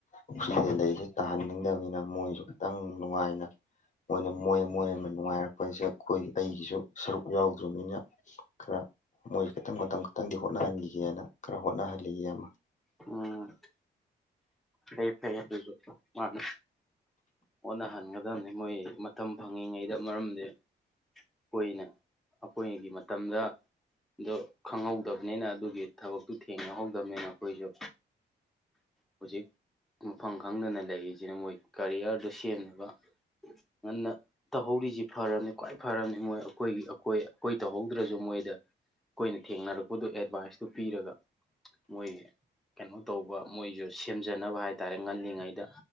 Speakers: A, on the left (about 40°); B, in the centre.
A: ꯄꯨꯈ꯭ꯔꯤꯗ ꯂꯩꯔꯤꯁꯤ ꯇꯥꯍꯟꯅꯤꯡꯗꯕꯅꯤꯅ ꯃꯣꯏꯁꯨ ꯈꯤꯇꯪ ꯅꯨꯡꯉꯥꯏꯅ ꯃꯣꯏꯅ ꯃꯣꯏ ꯃꯣꯏ ꯑꯃꯥ ꯅꯨꯡꯉꯥꯏꯔꯛꯄ ꯍꯥꯏꯁꯦ ꯑꯩꯈꯣꯏ ꯑꯩꯒꯤꯁꯨ ꯁꯔꯨꯛ ꯌꯥꯎꯗ꯭ꯔꫭꯕꯅꯤꯅ ꯈꯔꯥ ꯃꯣꯏ ꯈꯤꯇꯪ ꯃꯇꯝ ꯈꯛꯇꯪꯗꯤ ꯍꯣꯠꯅꯍꯟꯈꯤꯒꯦꯅ ꯈꯔꯥ ꯍꯣꯠꯅꯍꯜꯂꯤ ꯏꯌꯥꯝꯕ
B: ꯎꯝ ꯐꯩ ꯐꯩꯌ‌ꯦ ꯑꯗꯨꯁꯨ ꯃꯥꯅꯦ ꯍꯣꯠꯅꯍꯟꯒꯗꯕꯅꯤ ꯃꯣꯏ ꯃꯇꯝ ꯐꯪꯉꯤꯉꯩꯗ ꯃꯔꯝꯗꯤ ꯀꯨꯏꯅꯥ ꯑꯩꯈꯣꯏꯒꯤ ꯃꯇꯝꯗ ꯑꯗꯣ ꯈꯪꯍꯧꯗꯕꯅꯤꯅ ꯑꯗꯨꯒꯤ ꯊꯕꯛ ꯇꯨ ꯊꯦꯡꯅꯍꯧꯗꯕꯅꯤꯅ ꯑꯩꯈꯣꯏꯁꯨ ꯍꯧꯖꯤꯛ ꯃꯐꯝ ꯈꯪꯗꯅ ꯂꯩꯔꯤꯁꯤꯅ ꯃꯣꯏ ꯀꯔꯤꯌꯔꯗꯨ ꯁꯦꯝꯅꯕ ꯉꯟꯅꯥ ꯇꯧꯍꯧꯔꯤꯁꯤ ꯐꯔꯕꯅꯤ ꯈ꯭ꯋꯥꯏ ꯐꯔꯕꯅꯤ ꯃꯣꯏ ꯑꯩꯈꯣꯏꯒꯤ ꯑꯩꯈꯣꯏ ꯑꯩꯈꯣꯏ ꯇꯧꯍꯧꯗ꯭ꯔꯁꯨ ꯃꯣꯏꯗ ꯑꯩꯈꯣꯏꯅ ꯊꯦꯡꯅꯔꯛꯄꯗꯨ ꯑꯦꯗꯚꯥꯏꯁꯇꯨ ꯄꯤꯔꯒ ꯃꯣꯏ ꯀꯩꯅꯣ ꯇꯧꯕ ꯃꯣꯏꯁꯨ ꯁꯦꯝ ꯖꯅꯕ ꯍꯥꯏꯇꯥꯔꯦ ꯉꯜꯂꯤꯉꯩꯗ